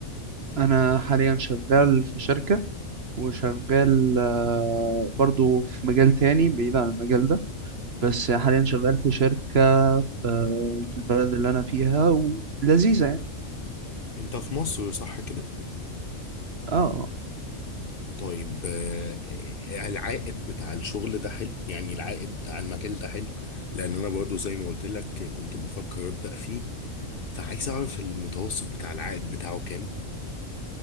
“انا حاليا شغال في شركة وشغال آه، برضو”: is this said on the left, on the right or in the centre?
Right